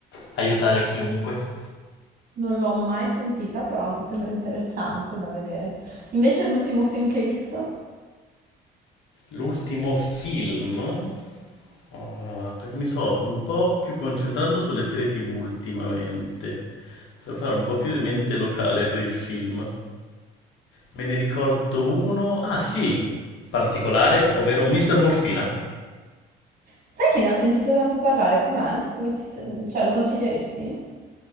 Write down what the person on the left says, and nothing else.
aiutare chiunque.
L'ultimo film, ah, perché mi sto un po' più concentrando sulle serie TV ultimamente. Devo fare un po' più di mente locale per il film. Me ne ricordo uno, ah sì, particolare, ovvero Mr. Morfina.